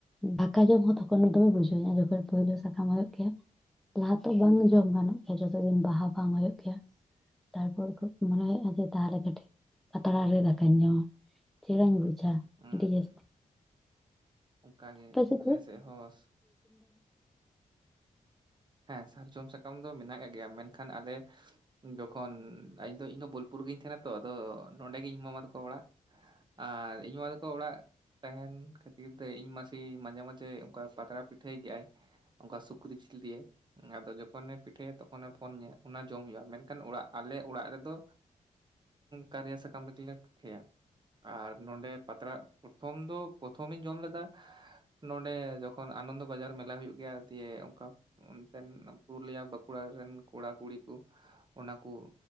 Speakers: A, in the centre; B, on the right.
A: ᱫᱟᱠᱟ ᱡᱚᱢ ᱛᱚᱠᱷᱚᱱ ᱫᱚᱢᱮ ᱵᱩᱡᱷᱟᱹᱣᱟ ᱡᱚᱠᱷᱚᱱ ᱯᱳᱭᱞᱳ ᱥᱟᱠᱟᱢ ᱦᱩᱭᱩᱜ ᱜᱮᱭᱟ᱾ ᱞᱟᱦᱟ ᱛᱚ ᱵᱟᱝ ᱡᱚᱢ ᱜᱟᱱᱚᱜ ᱜᱮᱭᱟ᱾ ᱾ᱡᱚᱛᱚ ᱫᱤᱱ ᱵᱟᱦᱟ ᱵᱟᱝ ᱦᱩᱭᱩᱜ ᱜᱮᱭᱟ ᱛᱟᱨᱯᱚᱨ ᱠᱷᱚ ᱢᱚᱱᱮ ᱦᱩᱭᱩᱜᱼᱟ ᱡᱮ ᱛᱟᱦᱚᱞᱮ ᱠᱟᱹᱴᱤᱡ ᱯᱟᱛᱲᱟ ᱨᱮ ᱫᱟᱠᱟᱧ ᱡᱚᱢᱟ ᱪᱮᱦᱨᱟᱧ ᱵᱩᱡᱣᱟ ᱟᱪᱪᱷᱟ
B: ᱦᱩᱸ
A: ᱟᱹᱰᱤ ᱡᱟᱹᱥᱛᱤ
B: ᱚᱱᱠᱟᱜᱮ
A: ᱯᱟᱥᱮ
B: ᱟᱞᱮ ᱥᱮᱫ ᱦᱚᱸ ᱦᱮᱸ ᱥᱟᱨᱡᱚᱢ ᱥᱟᱠᱟᱢ ᱫᱚ ᱢᱮᱱᱟᱜ ᱟᱠᱟᱫ ᱜᱮᱭᱟ ᱢᱮᱱᱠᱷᱟᱱ ᱟᱞᱮ ᱡᱚᱠᱷᱚᱱ ᱤᱧ ᱤᱧ ᱵᱳᱞᱯᱩᱨ ᱩᱨᱜᱤᱧ ᱛᱟᱦᱮᱱᱟ ᱛᱚ ᱟᱫᱚ ᱱᱚᱸᱰᱮ ᱜᱮ ᱤᱧ ᱢᱟᱢᱟ ᱛᱟᱠᱚ ᱚᱲᱟᱜ ᱟᱨ ᱤᱧ ᱢᱟᱢᱟ ᱛᱟᱠᱚ ᱚᱲᱟᱜ ᱛᱟᱦᱮᱱ ᱠᱷᱟᱹᱛᱤᱨ ᱛᱮ ᱤᱧ ᱢᱟᱥᱮ ᱢᱟᱡᱷᱮ ᱢᱟᱡᱷᱮ ᱚᱱᱠᱟ ᱯᱟᱛᱲᱟ ᱯᱤᱴᱷᱟᱹᱭ ᱜᱮᱭᱟᱭ ᱚᱱᱠᱟ ᱥᱩᱠᱨᱤ ᱡᱤᱞ ᱫᱤᱭᱮ ᱟᱫᱚ ᱡᱚᱠᱷᱚᱱᱮ ᱯᱤᱴᱷᱟᱹᱭᱟ ᱛᱚᱠᱷᱚᱱᱮ ᱯᱷᱳᱱ ᱤᱧᱟᱹ ᱚᱱᱟ ᱡᱚᱢ ᱦᱩᱭᱩᱜᱼᱟ ᱢᱮᱱᱠᱷᱟᱱ ᱟᱞᱮ ᱚᱲᱟᱜ ᱨᱮᱫᱚ ᱠᱟᱨᱭᱟ ᱥᱟᱠᱟᱢ ᱯᱤᱴᱷᱟᱹᱭᱟ ᱟᱨ ᱱᱚᱰᱮ ᱯᱟᱛᱲᱟᱜ ᱫᱚ ᱯᱨᱚᱛᱷᱚᱢᱤᱧ ᱡᱚᱢ ᱞᱮᱫᱟ ᱱᱚᱰᱮ ᱡᱚᱠᱷᱚᱱ ᱟᱱᱚᱱᱫᱚ ᱵᱟᱡᱟᱨ ᱢᱮᱞᱟ ᱦᱳᱭᱳᱜ ᱜᱮᱭᱟ ᱫᱤᱭᱮ ᱚᱱᱠᱟ ᱚᱱᱛᱮᱱ ᱯᱩᱨᱩᱞᱤᱭᱟ ᱵᱟᱸᱠᱩᱲᱟ ᱨᱮᱱ ᱠᱚᱲᱟᱠᱩᱲᱤ ᱠᱚ ᱚᱱᱟᱠᱩ